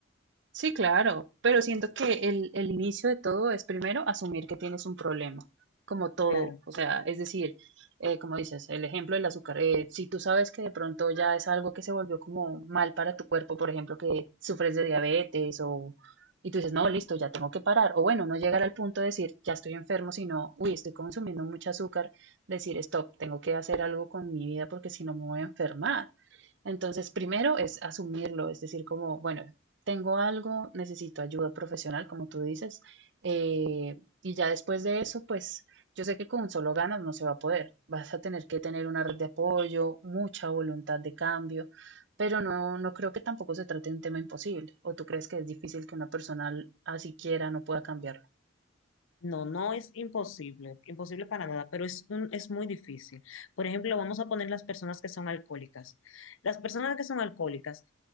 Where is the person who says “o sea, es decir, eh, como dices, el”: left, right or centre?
Right